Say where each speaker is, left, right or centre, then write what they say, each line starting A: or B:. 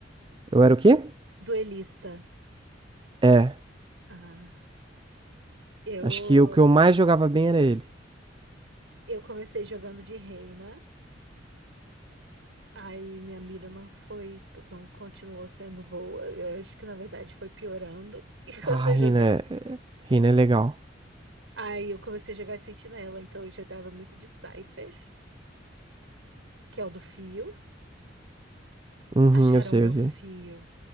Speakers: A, on the right; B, on the right.
A: Eu era o quê?
B: Duelista.
A: É,
B: Ah, eu
A: acho que o que eu mais jogava bem era ele.
B: eu comecei jogando de reina. Aí minha mira não foi, não continuou sendo boa. Eu acho que na verdade foi piorando <laughs> enquanto
A: Ah,
B: eu
A: Reina
B: jogava.
A: é, Reina é legal.
B: Aí eu comecei a jogar de sentinela, então eu jogava muito de Cypher, que é o do fio.
A: Uhum,
B: Acharam
A: eu sei,
B: meu
A: eu
B: fio.
A: sei.